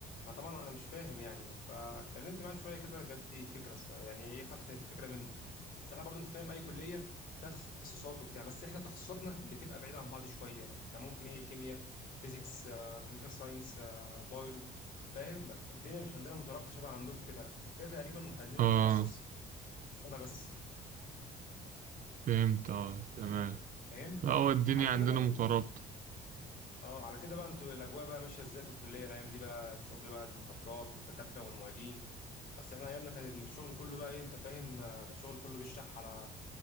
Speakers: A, on the left; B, on the right.
A: فطبعا انا مش فاهم يعني فاتكلمت معاه شويه كده جات لي فكره س- يعني ايه خدت فكره منه بس احنا برضو انت فاهم اي كليه فيها تخصصات وبتاع بس احنا تخصصاتنا بتبقى بعيده عن بعض شويه يعني ممكن ايه كيمياء فيزيكس آه، كمبيوتر ساينس آه، بايو فاهم الدنيا مش عندنا مترابطه شبه عندكم كده عشان كده تقريبا مخلين
B: اه
A: التخصص سنه بس
B: فهمت اه تمام
A: فهمت
B: هو الدنيا
A: على كده
B: عندنا
A: بقى
B: مترابطة
A: ال- اه على كده بقى انتوا الاجواء بقى ماشيه ازاي في الكليه الايام دي بقى الشغل بقى المحاضرات والدكاتره والمعيدين بس احنا ايامنا كان الشغل كله بقى ايه انت فاهم آه، الشغل كله بيشرح على